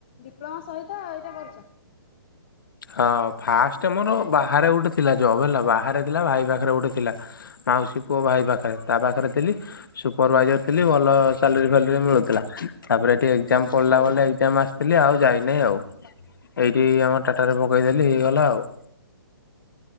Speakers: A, on the left; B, on the left.
A: ଡିପ୍ଲୋମା ସହିତ ଏଇଟା କରୁଚ?
B: ହଁ ଫାଷ୍ଟ ଆମର ବାହାରେ ଗୋଟେ ଥିଲା ଜବ୍ ହେଲା ବାହାରେ ଥିଲା ଭାଇ ପାଖରେ ଗୋଟେ ଥିଲା ମାଉସୀ ପୁଅ ଭାଇ ପାଖରେ ତା ପାଖରେ ଥିଲି ସୁପରଭାଇଜର୍ ଥିଲି ଭଲ ସାଲରୀ ଫଲେରୀ ମିଳୁଥିଲା ତାପରେ ଏଠି ଏକ୍ଜାମ୍
A: ଭଲ
B: ପଡ଼ିଲା
A: ଆଉ
B: ବ
A: ହଁ
B: ଏଜାମ ଆସିଥିଲି ଆଉ ଯାଇନାହିଁ ଆଉ ଏଇଠି ଆମର ଟାଟାରେ ପକେଇଦେଲି ହେଇଗଲା ଆଉ।